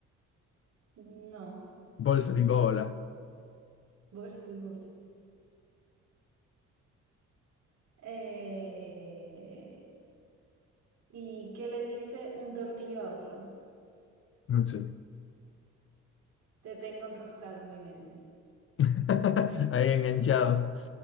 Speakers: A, on the right; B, on the left.
A: No,
B: Bolsa de bola.
A: voleibol. Eh, ¿y qué le dice un tornillo a otro?
B: No sé.
A: Te tengo enroscado en mi mente.
B: <laughs> Ahí enganchado.